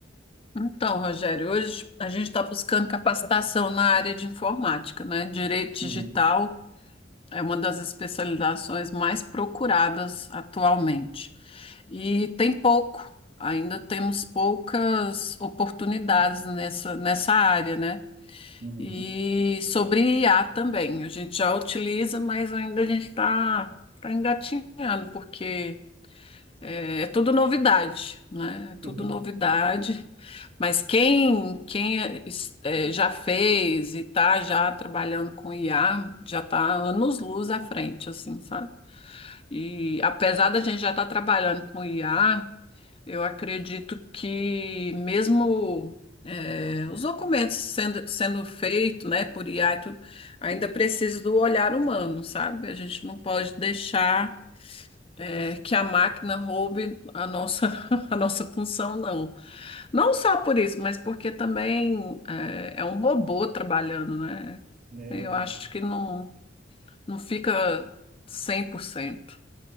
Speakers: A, on the left; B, on the right.
A: Então, Rogério, hoje a gente está buscando capacitação na área de informática, né? Direito
B: Uhum,
A: digital é uma das especializações mais procuradas atualmente. E tem pouco, ainda temos poucas oportunidades nessa, nessa área, né?
B: uhum.
A: E sobre IA também, a gente já utiliza, mas ainda a gente está engatinhando, porque é, é tudo novidade, né? É tudo
B: <laughs>
A: novidade. Mas quem, quem é, es- é, já fez e está já trabalhando com IA, já está anos-luz à frente, assim, sabe? E apesar da gente já estar trabalhando com IA, eu acredito que mesmo eh, os documentos sendo, sendo feitos, né, por IA e tudo, ainda precisa do olhar humano, sabe? A gente não pode deixar eh, que a máquina roube a nossa, <laughs> a nossa função, não. Não só por isso, mas porque também eh, é um robô trabalhando, né?
B: É,
A: Eu acho
B: não.
A: que não, não fica 100%.